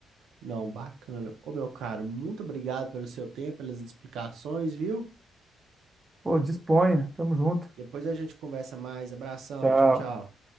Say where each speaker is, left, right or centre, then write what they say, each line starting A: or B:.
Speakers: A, on the right (about 75°); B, on the right (about 20°).
A: não, bacana. Ô, meu caro, muito obrigado pelo seu tempo, pelas explicações, viu?
B: pô,
A: Depo-
B: disponha. Tamo junto.
A: Depois a gente conversa mais. Abração,
B: Tchau.
A: tchau, tchau.